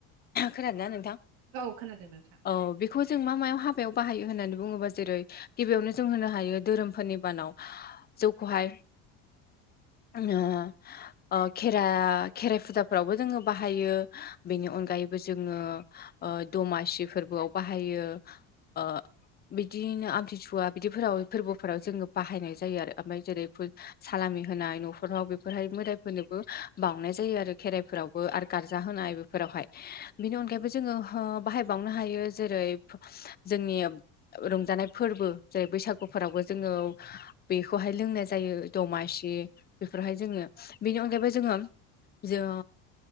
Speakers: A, on the left; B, on the right.
A: खोनादों ना नोंथां?
B: औ खोनादों नोंथां।
A: औ बेखौ जों मा मायाव हाबायाव बाहायो होन्नानै बुङोबा जेरै गिबियावनो जों होनो हायो धोरोमफोरनि बानाव। जौखौहाय
B: <inaudible>
A: ओ खेर खेराइ फुजाफोरावबो जोङो बाहायो बेनि अनगायै ायबो जोङो दमासि फोरबोआव बाहायो ओ बिदिनो आमथिसुवा बिदिफोराव फोरबोफोराव जोङो बाहायनाय जायो आरो ओमफ्राय जेरै सालामि होनाय न'खराव बेफोरहाय मोदायफोरनोबो बावनाय जायो आरो खेराइफोरावबो आरो गारजा होनाय नायफोरावहाय बिनि अनायैबो जोङो बाहायनो हायो जेरै जोंनि रंजानाय फोरबो जेरै बैसागुफोरावबो जोङो बेखौहाय लोंनाय जायो। दमासि बेफोरहाय जोङो बेनि अनगायैबो जोङो जों